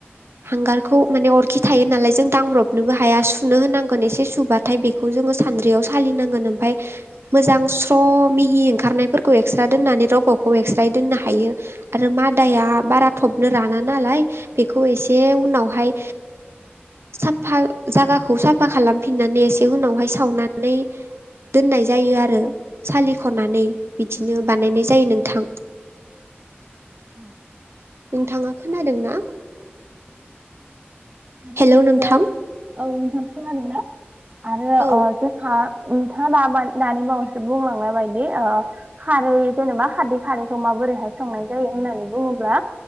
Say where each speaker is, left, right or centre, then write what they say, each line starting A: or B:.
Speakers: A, on the right; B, on the right.
A: हांगारखौ माने अरखि थायो नालाय जों दांब्रबनोबो हाया सुनो होनांगोन एसे सुबाथाय बेखौ जोङो सानद्रियाव सालिनांगोन ओमफ्राय मोजां स्र' मिहि ओंखारनायफोरखौ एक्स्रा दोननानै रग'खौ एक्स्रा दोननो हायो। आरो मादाया
B: औ
A: बारा थब नो राना नालाय बेखौ एसे उनावहाय साफा जागा खौ साफा खालामफिननानै एसे उनावहाय सावनानै दोननाय जायो आरो सालिख'नानै
B: औ
A: बिदिनो बानायनाय जायो नोंथां।
B: औ
A: नोंथाङा खोनादों ना?
B: आरो
A: हेलौ
B: बेनिफ्राय
A: नोंथां
B: औ नोंथां खोनादोंना? आरो
A: औ
B: अ जोंहा नोंथाङा दाब दानि बावैसो बुंलांनाय बायदि ओ खारै जेनेबा खारदै खारैखौ मा बोरैहाय संनाय जायो होननानै बुङोब्ला